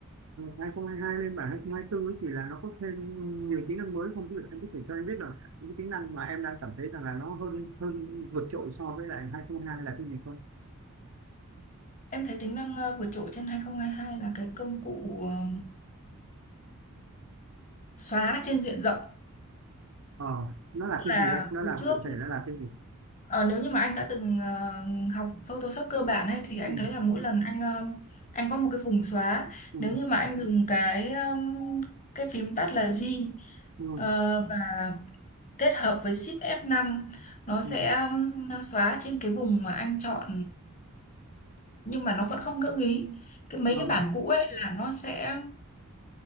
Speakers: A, on the right; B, on the left.
A: 2022 lên bản 2024 ấy thì là nó có thêm nhiều tính năng mới không? Ví dụ anh có thể cho anh biết là những tính năng mà em đang cảm thấy rằng là nó hơn hơn vượt trội so với lại 2022 là cái gì không?
B: Em thấy tính năng ờ, vượt trội trên 2022 là cái công cụ ờ, xóa trên diện rộng.
A: Ờ, nó là
B: Tức
A: cái
B: là
A: gì em? Nó
B: hồi
A: là
B: trước
A: cụ thể nó là cái gì?
B: ờ, nếu như mà anh đã từng ờ, học Photoshop cơ bản ấy thì anh
A: Ừ,
B: thấy là mỗi lần anh ờ, anh có một cái vùng xóa.
A: ừ,
B: Nếu như mà anh dùng cái ờ, cái phím tắt là G
A: ừ,
B: ờ, và kết hợp với Shift f năm nó sẽ
A: ừ,
B: ờ, xóa trên cái vùng mà anh chọn nhưng mà nó vẫn không ngỡ ý. Cái mấy
A: ờ,
B: cái bản cũ ấy là nó sẽ